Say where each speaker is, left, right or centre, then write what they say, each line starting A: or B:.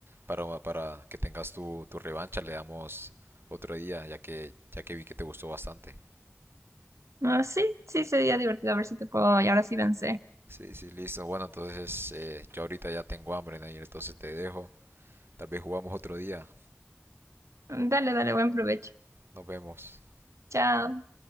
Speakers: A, on the right; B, on the right.
A: para, para que tengas tu, tu revancha le damos otro día, ya que, ya que vi que te gustó bastante.
B: Ah, sí, sí, sería divertido. A ver si te puedo. Y ahora sí vencé.
A: Sí, sí, listo. Bueno, entonces eh, yo ahorita ya tengo hambre, Nair, entonces te dejo. Tal vez jugamos otro día.
B: Dale, dale, buen provecho.
A: Nos vemos.
B: Chao.